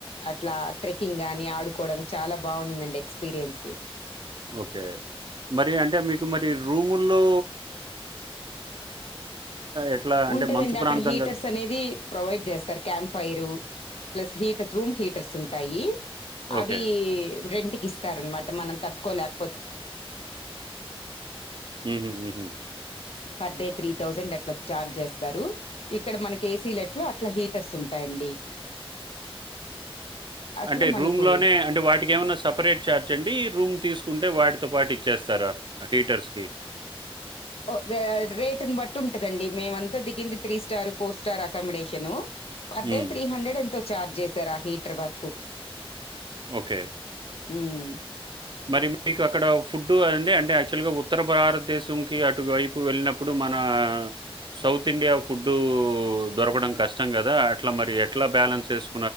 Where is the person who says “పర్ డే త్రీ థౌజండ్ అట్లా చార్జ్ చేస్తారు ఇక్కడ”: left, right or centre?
Left